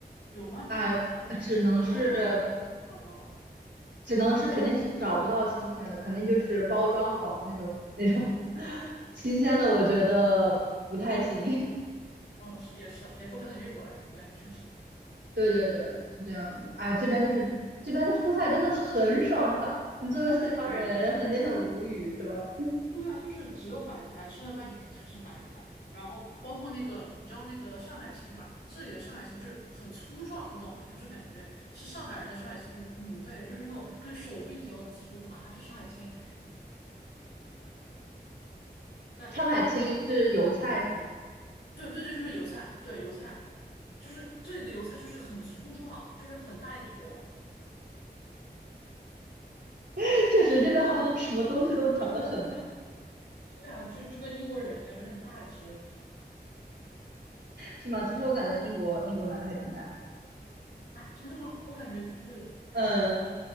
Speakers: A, on the left; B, on the right.
A: 有吗？
B: 啊，
A: 我我在伦敦找到了，
B: 只能是只能是肯定是找不到新鲜的，肯定就是包装好的那种那种 <laughs>
A: 嗯，
B: 新鲜的，我觉得不太行。<laughs>
A: 哦，是也是，也不可能运过来，对，确实。
B: 对对对，是这样的。哎，这边就是这边的蔬菜真的很少很少，
A: 啊，
B: 你作为四川人肯定很无语，
A: 对，是的，
B: 是吧？
A: 对啊，就是只有白菜，吃了半天就是白菜，然后包括那个，你知道那个上海青嘛？这里的上海青就是很粗壮，你懂吗？就是感觉是上海人的上海青的母辈，就是那种跟手臂一样粗啊，这上海青。那那
B: 上海青是油菜是吗？
A: 对对对，就是油菜，对油菜，就是这里的油菜就是很粗壮，就是很大一坨，
B: <laughs> 确实这边好像什么东西都长得很大，
A: 对啊，就就跟英国人一样，就很大只
B: 是吗？其实我感觉英国英国男的还挺矮，
A: 啊，真的吗？我感觉就是还挺多
B: 嗯，